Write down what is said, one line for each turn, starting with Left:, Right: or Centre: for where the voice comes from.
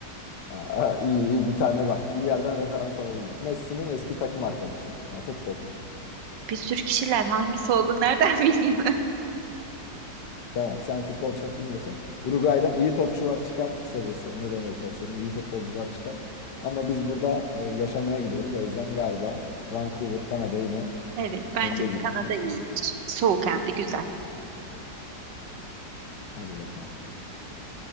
Left: Ha, ha, iyi iyi bir tane bak bir yerden referans alabildik. Messi'nin eski takım arkadaşı yani futbolcu.
Right: Bir sürü kişiler hangisi olduğunu nereden <laughs> bileyim?
Left: Tamam sen futbol çok bilmiyorsun. Uruguay'dan iyi topçular çıkar kısacası onu demeye çalışıyorum. İyi futbolcular çıkar. Ama biz burada e, yaşamaya gidiyoruz. O yüzden galiba Vancouver Kanada yine
Right: Evet bence
Left: önde gibi.
Right: de Kanada
Left: Ne
Right: iyidir.
Left: diyorsun?
Right: Soğuk hem de güzel.
Left: Hadi bakalım.